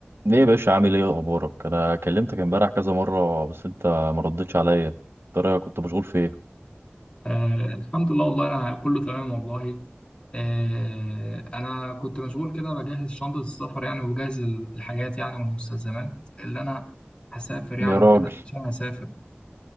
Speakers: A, on the right; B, on the left.
A: ليه يا باشا عامل ايه اخبارك انا كلمتك امبارح كذا مره بس انت ما ردتش عليا ترى كنت مشغول في ايه
B: آه الحمد لله والله أنا كله تمام والله آه أنا كنت مشغول كده بجهز شنطة السفر يعني وبجهز ال- الحاجات يعني والمستلزمات اللي أنا هسافر يعني
A: يا
B: وكده
A: راجل
B: عشان هسافر